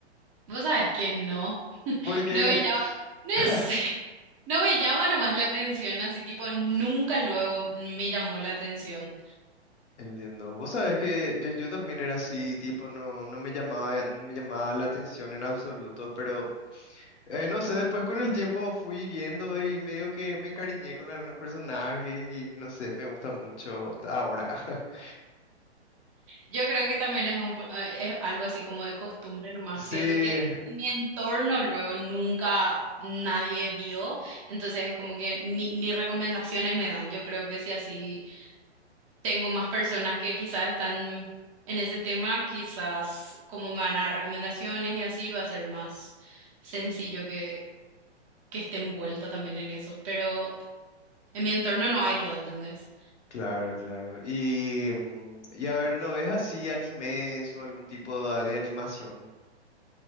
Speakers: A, on the right; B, on the left.
A: Vos sabés que no.
B: Porque,
A: No me llama. No
B: <laughs>
A: sé. <laughs> No me llama nomás la atención, así tipo, nunca luego me llamó la atención.
B: Entiendo. Vos sabés que yo, yo también era así, tipo, no, no me llamaba, no me llamaba la atención en absoluto, pero eh, no sé, después con el tiempo fui viendo y medio que me encariñé con algunos personajes y no sé, me gusta mucho ahora. <laughs>
A: Yo creo que también es, un, eh, es algo así como de costumbre nomás.
B: Sí,
A: Siento que en mi entorno luego nunca nadie vio, entonces es como que ni, ni recomendaciones me dan. Yo creo que si así tengo más personas que quizás están en ese tema, quizás como me van a dar recomendaciones y así va a ser más sencillo que, que esté envuelta también en eso. Pero en mi entorno no hay lo, ¿entendés?
B: claro, claro. Y, mm, y a ver, ¿no ves así animes o algún tipo de, de animación?